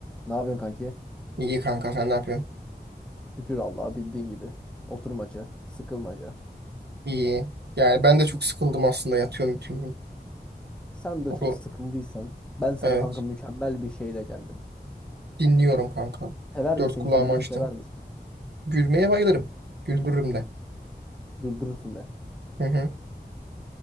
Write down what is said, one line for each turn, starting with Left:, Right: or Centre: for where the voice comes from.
Centre: Ne yapıyorsun kanki?
Right: İyi kanka sen ne yapıyorsun?
Centre: Şükür Allah'a bildiğin gibi. Oturmaca, sıkılmaca.
Right: İyi. Yani
Centre: <clears throat>
Right: ben de çok sıkıldım aslında yatıyorum bütün gün.
Centre: Sen de
Right: Okul.
Centre: çok sıkıldıysan ben sana
Right: Evet.
Centre: kanka mükemmel bir şeyle geldim.
Right: Dinliyorum kanka.
Centre: Sever
Right: Dört
Centre: misin?
Right: kulağımı
Centre: Gülmeyi
Right: açtım.
Centre: sever misin?
Right: Gülmeye bayılırım. Güldürürüm de.
Centre: Güldürürsün de.
Right: Hı hı.